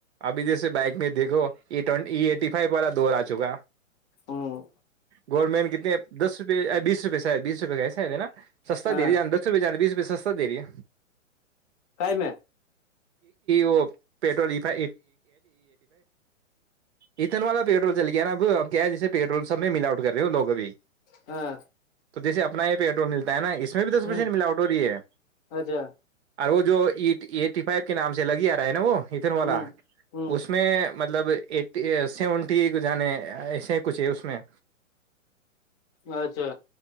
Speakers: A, on the right; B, on the left.
A: ابھی جیسے بائک میں دیکھو ایٹ ای ایٹی فو والا دور آ چکا
B: ہوں
A: گورمٹ کتنے دس روپ بیس روپئے ساید بیس روپئے گئے ساید ہےا سستا
B: ہاں
A: دے دی جان دس روپئے جان بیس روپے سستا د رہی ہے
B: کائی میں
A: وہ پیٹرول ای فو اتن والا پیٹرول چل گیا نا اب اب کیا ہے جسے پیٹرول سب میں مل آؤٹ کر رہے ہووگ ابھی
B: ہاں
A: تو جیس اپنا یہ پیٹرول ملتا ہے نا اس بھی دس
B: ہوں
A: پرسینٹ ملاوٹ ہو رہی ہے
B: اچھا
A: اور وہ جو ای ایٹی فائیو کے نام سے لگ ہی آ رہا ہے نا وہ والا
B: ہوں ہوں
A: اس میں مطلب ایٹی سیونٹی کو جانے ایسے کچھ ہے اس میں
B: اچھا